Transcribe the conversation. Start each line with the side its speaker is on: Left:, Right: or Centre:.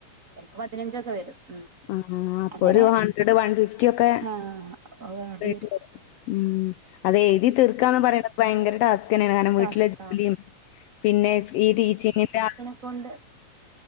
Right: ചിലപ്പൊ പതിനഞ്ചൊക്കെ വരും ഉം.
Left: ഉം അപ്പൊ
Right: അങ്ങനെ
Left: ഒരു ഹൺഡ്രഡ് വൺ ഫിഫ്റ്റി ഒക്കെ
Right: ആഹ് അത് വേണ്ടി
Left: ബ്രേക്ക് വരും - ഉം അതെ എഴുതി തീർക്കാന്ന് പറയണത് ഭയങ്കര ടാസ് ക്കാണ് കാരണം
Right: ടാസ്കാണ്
Left: വീട്ടിലെ ജോലിയും പിന്നെ ഈ ടീച്ചിങ്ങിന്റെ
Right: ഇപ്പൊണ്ട്